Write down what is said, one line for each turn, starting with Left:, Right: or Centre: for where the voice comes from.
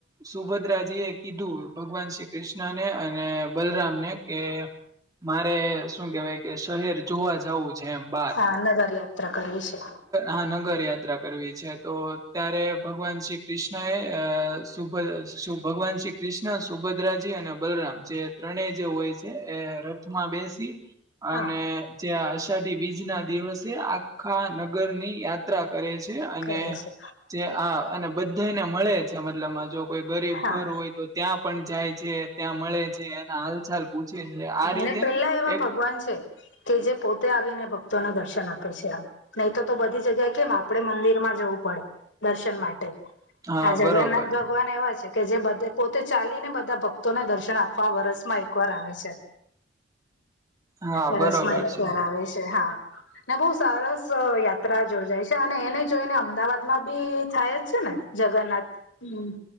Right: સુભદ્રાજી એ કીધું ભગવાન શ્રી કૃષ્ણને અને બલરામને કે મારે શું કેવાય કે શહેર જોવા જવું છે એમ. બાર
Left: હા નગરયાત્રા કરવી છે.
Right: મહાનગર યાત્રા કરવી છે તો ત્યારે ભગવાન શ્રી કૃષ્ણએ સુભદ ભગવાન શ્રી કૃષ્ણ સુભદ્રાજી અને બલરામ જે ત્રણેય જે હોય છે એ માં બેસી
Left: હા
Right: અને જે અષાઢી બીજ ના દિવસે આખા નગરની યાત્ર કરે છે અને
Left: કરે છે
Right: જે આ અને બધાને મળે છે મતલબ જો. કોઈ ગરીબ
Left: હા
Right: ઘર હોય તો ત્યાં પણ જાય છે ત્યાં મળે છે એના હાલચાલ પૂછે છે. આ રીતે
Left: ને પેલા એવા
Right: એક
Left: ભગવાન છે કે જે પોતે આવીને ભક્તોને દર્શન આપે છે. નહી તો તો બધી જગ્યા કેમ આપડે મંદિર માં જવું પડે દર્શન માટે.
Right: હા
Left: આ જગન્નાથ
Right: બરોબર
Left: ભગવાન એવા છે કે જે બધ પોતે ચાલીને બધા ભક્તોને દર્શન આપે. આખા વરસમાં એક વાર આવે છે
Right: હા
Left: વરસમાં
Right: બરોબર
Left: એક
Right: છે
Left: વાર આવે છે. હા અને બો સરસ યાત્રા યોજાય છે અને એને જોઈને અમદાવાદ માં બી થાય જ છે ને જગન્નાથ હમ